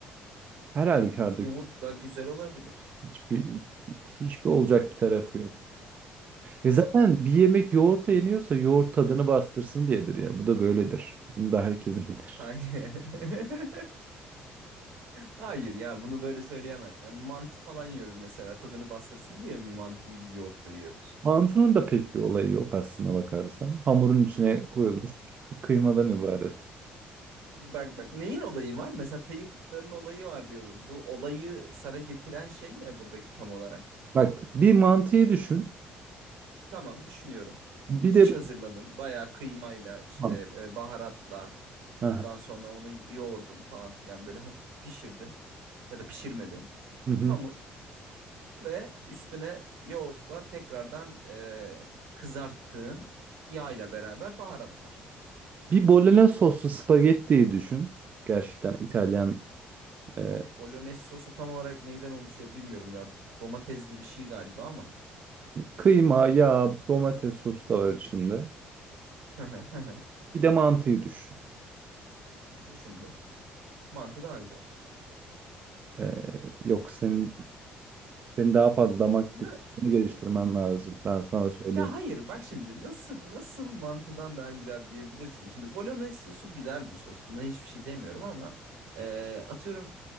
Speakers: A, on the right; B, on the right.
A: Her halükarda
B: Yoğurtla güzel olabilir.
A: hiçbir hiçbir olacak bir tarafı yok. E zaten bir yemek yoğurtla yeniyorsa yoğurt tadını bastırsın diyedir ya. Bu da böyledir. Bunu da herkes <laughs> bilir.
B: Hayır. <laughs> Hayır ya bunu böyle söyleyemez. E, mantı falan yiyoruz mesela tadını bastırsın diye mi mantıyı biz yoğurtla yiyoruz?
A: Mantının da pek bir olayı yok aslına bakarsan. Hamurun içine koyulmuş küçük kıymadan ibaret.
B: Bak bak neyin olayı var? Mesela Tayı fıtlarının olayı var diyordun. Bu olayı sana getiren şey ne buradaki tam olarak?
A: Bak bir mantıyı düşün.
B: Tamam düşünüyorum.
A: Bir
B: İç
A: de
B: hazırladın. Bayağı kıymayla işte
A: Tamam.
B: e, baharatla
A: Aha,
B: ondan sonra onu yoğurdun falan filan böyle hafif pişirdin ya da pişirmedin.
A: Hı hı.
B: Hamur ve üstüne yoğurtla tekrardan e, kızarttığın yağ ile beraber baharatlar.
A: Bir bolognese soslu spagettiyi düşün. Gerçekten İtalyan e,
B: Bolognese sosu tam olarak neyden oluşuyor bilmiyorum ya. Domatesli bir şey galiba ama.
A: kıyma, yağ, domates sosu da var içinde.
B: <laughs>
A: Bir de mantıyı düşün.
B: Düşündüm. Mantı daha güzel.
A: E, yok senin senin daha fazla damak
B: Ne?
A: tadını geliştirmen lazım. Ben sana söyleyeyim.
B: Ya hayır bak şimdi nasıl nasıl mantıdan daha güzel diyebilirsin. Şimdi bolognese sosu güzel bir sos. Buna hiçbir şey demiyorum ama e, atıyorum